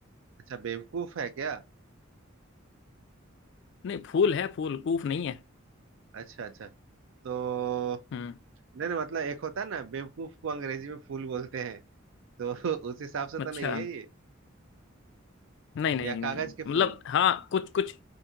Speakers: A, on the right (about 65°); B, on the left (about 60°).
A: अच्छा बेवकूफ है क्या
B: नहीं फूल है फूल कूफ नहीं है
A: अच्छा अच्छा तो
B: हम्म
A: नहीं नहीं मतलब एक होता है ना बेवकूफ को अंग्रेजी में फूल बोलते हैं तो <laughs> उस हिसाब से तो
B: अच्छा
A: नहीं है ये
B: नहीं नहीं
A: या कागज
B: नहीं
A: के
B: मतलब
A: फूल
B: हाँ कुछ कुछ